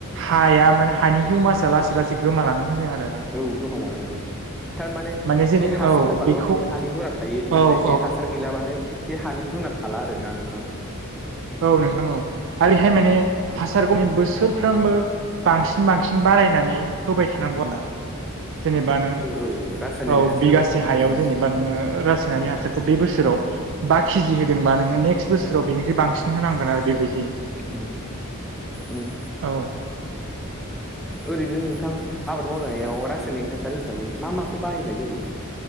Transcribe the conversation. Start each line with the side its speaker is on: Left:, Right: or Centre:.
Right: हाया माने हानि हिउमासआ लासै लासै गोमालाङो होनो आरो ना
Centre: औ गोमालाङो थारमाने
Right: माने जेने
Centre: बे हासार
Right: औ
Centre: होबाल‌
Right: बेखौ
Centre: बे हानि गुना थायो नाथाय
Right: औ औ
Centre: बे हा हासार गैलाबानो बे हानि गुना थाला आरोना नोंथां।
Right: औ नोंथां औ आरोहाय माने
Centre: ओ
Right: हासारखौहाय बोसोरफ्रोमबो बांसिन बांसिन बारायनानै होबाय थानांगौ। जेनेबा नों
Centre: ओ रासायनारि
Right: औ
Centre: हासार
Right: बिगासे
Centre: होबाथाय
Right: हायाव
Centre: उम
Right: जेने बा नोङो रासायनारि बोसोराव बा केजि होदोंबा नोङो नेक्स बोराव बेनिफ्राय बां सिन होनांगोन आरो बेबायदि
Centre: उम उम
Right: औ।
Centre: ओरैनो नोंथां आबाद मावनायाव रासायनिक हासार हिसाबै मा माखौ बाहायनाय जायो?